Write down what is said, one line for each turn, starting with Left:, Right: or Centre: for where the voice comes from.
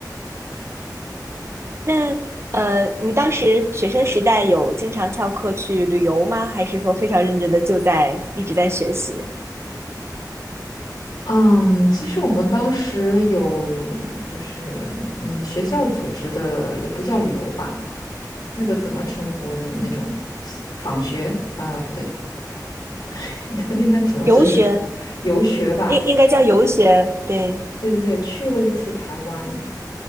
Right: 那呃，你当时学生时代有经常翘课去旅游吗？还是说非常认真的就在一直在学习？
Left: 嗯，其实我们当时有就是嗯学校组织的，也不叫旅游吧，那个怎么称呼那那种访学？啊、不对，<laughs> 那应该怎么正式的
Right: 游学
Left: 游学吧？
Right: 应应该叫游学，对，
Left: 对对对，去了一次台湾，